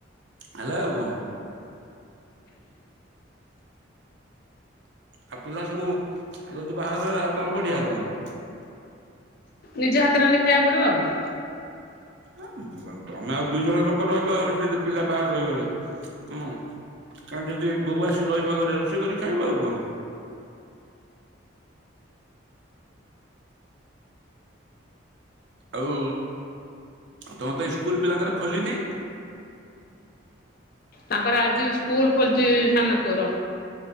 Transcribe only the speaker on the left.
ନିଜେ ହାତ ରାନ୍ଧି ଖାଇବାକୁ ପଡିବ ଆଉ।
ତାଙ୍କର ଆଜି ସ୍କୁଲ ଖୋଲିଛି ସାନପୁଅର